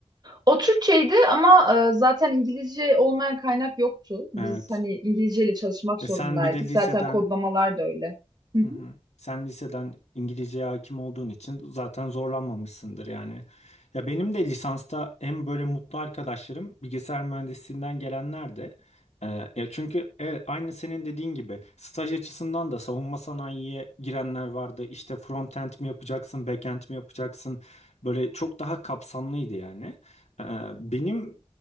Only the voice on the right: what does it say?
O Türkçeydi ama e, zaten İngilizce olmayan kaynak yoktu. Biz
hani İngilizceyle çalışmak
zorundaydık.
Zaten kodlamalar da öyle. Hı
hı.